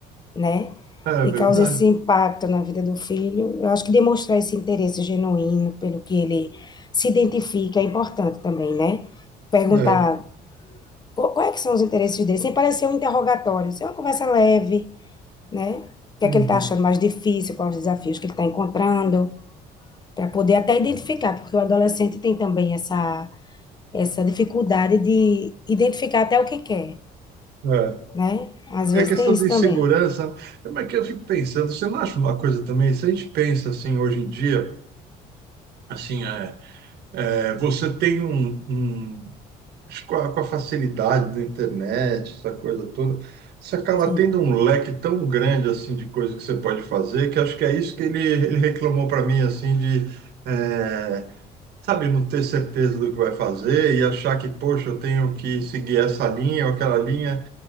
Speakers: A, on the left (about 25°); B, on the right (about 75°).
A: né?
B: é
A: E
B: verdade.
A: causa esse impacto na vida do filho. Eu acho que demonstrar esse interesse genuíno pelo que ele se identifica é importante também, né? Perguntar
B: É.
A: qu- quais é que são os interesses dele, sem parecer um interrogatório, ser uma conversa leve, né? O que
B: Uhum.
A: é que ele está achando mais difícil, quais os desafios que ele está encontrando, para poder até identificar, porque o adolescente tem também essa, essa dificuldade de identificar até o que quer,
B: É.
A: né? Às
B: É
A: vezes
B: a questão
A: tem isso
B: de
A: também.
B: segurança, mas é que eu fico pensando, você não acha uma coisa também? Se a gente pensa assim hoje em dia, assim, é, é, você tem um, um- acho que com a, com a facilidade da internet, essa coisa toda, você acaba
A: Sim,
B: tendo um leque tão grande assim de coisa que você pode fazer, que acho que é isso que ele, ele reclamou para mim assim de, é, sabe, não ter certeza do que vai fazer e achar que, poxa, eu tenho que seguir essa linha ou aquela linha.